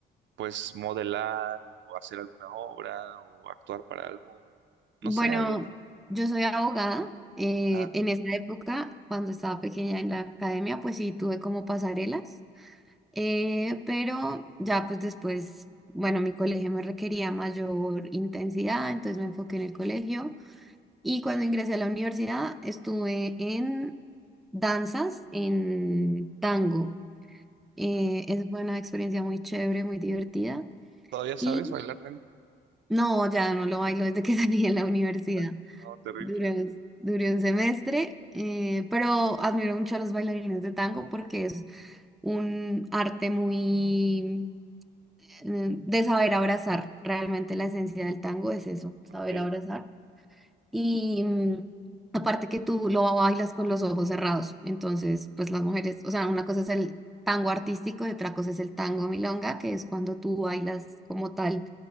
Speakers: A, on the right; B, in the centre.
A: pues, modelar o hacer alguna obra o actuar para algo? No
B: Bueno,
A: sé, algo.
B: yo soy abogada. eh,
A: Ah,
B: en esa época, cuando estaba pequeña en la academia, pues sí tuve como pasarelas, eh, pero ya pues después, bueno, mi colegio me requería mayor intensidad, entonces me enfoqué en el colegio y cuando ingresé a la universidad estuve en danzas, en tango. Eh,
A: mm.
B: esa fue una experiencia muy chévere, muy divertida
A: ¿Todavía sabes
B: y
A: bailar tango?
B: no, ya no lo bailo desde que <laughs> salí de la
A: Ah,
B: universidad.
A: vale. no, terrible.
B: Duré, duré un semestre, eh, pero admiro mucho a los bailarines de tango porque es un arte muy eh, de saber abrazar. Realmente la esencia del tango
A: Mm,
B: es eso, saber
A: Ok,
B: abrazar. Y mm, aparte que tú lo bailas con los ojos cerrados, entonces pues las mujeres, o sea, una cosa es el tango artístico y otra cosa es el tango milonga, que es cuando tú bailas como tal,